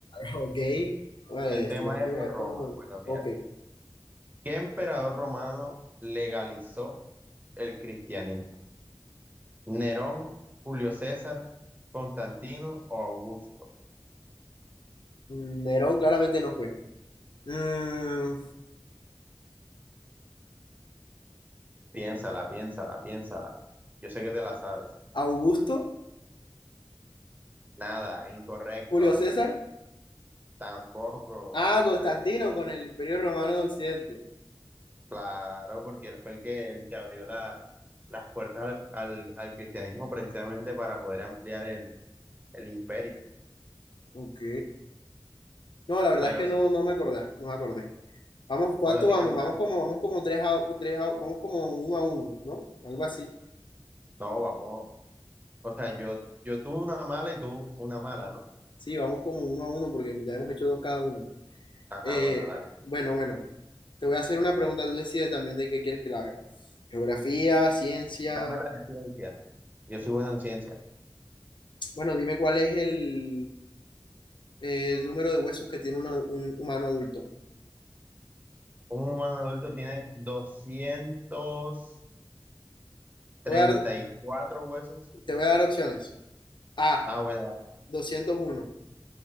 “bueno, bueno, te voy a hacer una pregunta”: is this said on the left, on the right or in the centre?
Left